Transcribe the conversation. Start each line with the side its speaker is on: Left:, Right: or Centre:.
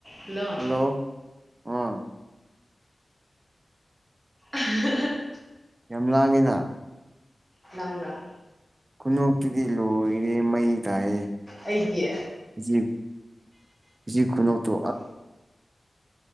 Centre: ꯍꯥꯜꯂꯣ
Right: hello ꯑꯥ
Centre: <unintelligible>
Right: ꯌꯥꯝ ꯂꯥꯡꯉꯤꯅ
Centre: ꯂꯥꯡꯕ꯭ꯔꯥ
Right: ꯈꯨꯅꯣꯛꯇꯨꯗꯤ ꯂꯣꯏꯔꯦ ꯃꯩ ꯇꯥꯏꯑꯦ
Centre: ꯑꯩꯒꯤ
Right: ꯍꯧꯖꯤꯛ ꯍꯧꯖꯤꯛ ꯈꯨꯅꯣꯛꯇꯣ